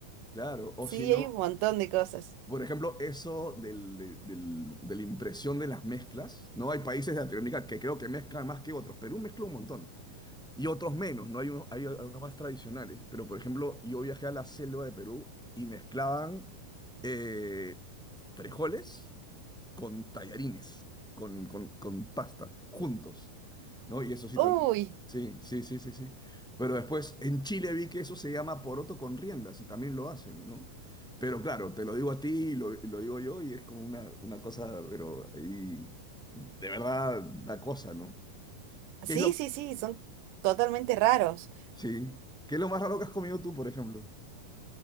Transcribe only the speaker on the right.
Sí,
hay un montón de cosas.
Uy,
sí,
sí, sí, son totalmente raros.